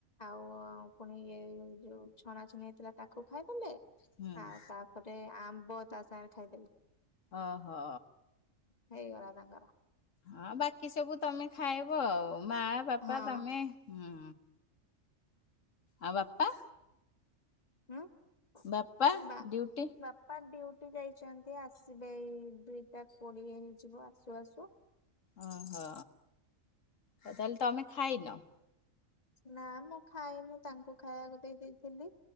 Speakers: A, on the left; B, on the left.
A: ଆଉ ପୁଣି ଇଏ ଯୋଉ ଛଣା ଛନ ହେଇଥିଲା ତାକୁ ଖାଇଦେଲେ।
B: ହୁଁ
A: ଆଉ ତାପରେ ଆମ୍ବ ତା ସାଙ୍ଗରେ ଖାଇଦେଲି।
B: ଓହୋ
A: ହେଇଗଲା ତାଙ୍କର।
B: ହଁ ବାକି ସବୁ ତମେ ଖାଇବ ମା, ବାପା,
A: ହଁ
B: ତମେ ହୁଁ। ଆଉ ବାପା?
A: ହୁଁ
B: ବାପା
A: ବାପା
B: ଡ୍ୟୁଟି
A: ଡ୍ୟୁଟି ଯାଇଛନ୍ତି। ଆସିବେ ଏଇ ଦୁଇଟା କୋଡିଏ ହେଇଯିବ ଆସୁ ଆସୁ।
B: ଓହୋ, ତାହେଲେ ତମେ ଖାଇନ?
A: ନା ମୁଁ ଖାଇନି ତାଙ୍କୁ ଖାଇବାକୁ ଦେଇ ଦେଇଥିଲି।